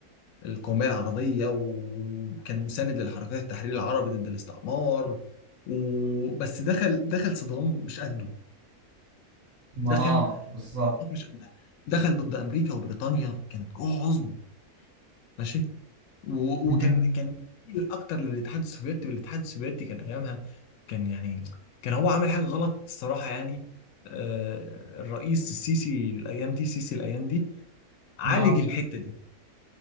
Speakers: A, on the left; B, on the right.
A: القومية العربية وكان مساند للحركات التحرير العربي ضد الاستعمار وبس دخل دخل صدام مش قده
B: ما
A: دخل
B: اه بالظبط
A: في الصدمات مش قدها دخل ضد أمريكا وبريطانيا كانت قوة عظمى ماشي و-
B: امم
A: وكان كان بيميل اكتر للاتحاد السوفيتي والاتحاد السوفيتي كان ايامها كان يعني كان هو عمل حاجه غلط الصراحه يعني آه، الرئيس السيسي الايام دي السيسي الايام دي عالج
B: اه
A: الحته دي